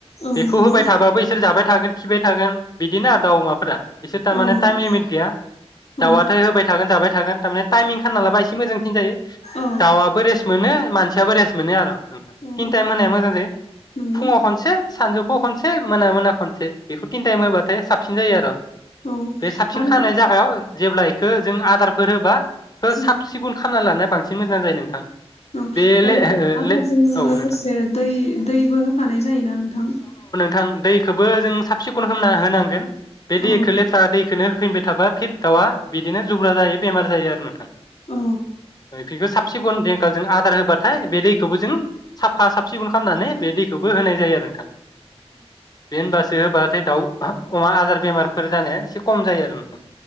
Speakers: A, on the left (about 75°); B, on the left (about 35°).
A: औ
B: बेखौ
A: नंगौ
B: होबाय थाबाबो इसोर जाबाय थागोन। खिबाय थागोन बिदिनो दाउ अमाफोरा बिसोर
A: औ
B: टामाने टाइम लिमिट गैया दाउआथाय
A: औ
B: होबाय थागोन जाबाय थ थागोन थानाया टाइमिं होना लाबा एसे मोजां। सिनजायो
A: औ
B: दाउआबो रेस मोनो। मानसियाबो रेस मोनो आर' थां
A: औ
B: टिन टाइम होनाया मोजां जायो
A: नंगौ
B: फुङाव खनसे सानजौफु खनसे मोना मोना खनसे बिखौ टिन टाइम होबाथाय साब सिन जाय' आर'
A: औ
B: बे साबसिन
A: आरो
B: खानाय जागायाव जेब्ला इखो जों आदारफोर होबा हो
A: औ
B: साब सिगुन खामना लानाय बांस सिं मोजां जायो नोंथां।
A: औ
B: बे ले
A: आरो आदारजों
B: ले औ
A: लोगोसे
B: नोंथां
A: दै दैबो होफानाय जायोना नोंथां?
B: थां दैखोबो जों सा सिखुन खामना होनांगोन बे दैखो
A: औ
B: लेथ्रा दैखोनो होफिनबाय थाबा फिर दाउआ बिदिनो जुब्रा जायो बेमार जायो आरो नोंथां।
A: औ
B: ओ इफिनखो साब सिगुन दि जोंहा आदार होबाथाय बेनि दैखौबो जों साफा साब सिखन खालामनानै बे दैखौबो होनाय जायो आरो नोंथां बे होनबासो होबाथाय दाउ अमा आजार बेमारफोर जानाया एसे खम जायो आरो नोंथां